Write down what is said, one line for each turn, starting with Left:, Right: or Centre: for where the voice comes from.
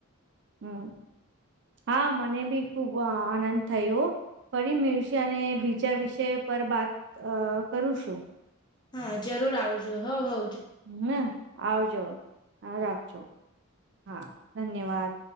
Right: હમ હા મને ભી ખુબ આનંદ થયો. ફરી મીળશે અને બીજા વિષય પર બાત અ કરું છું.
Left: હા જરૂર આવજો હઉ હઉ
Right: હ આવજો હા રાખજો હા ધન્યવાદ.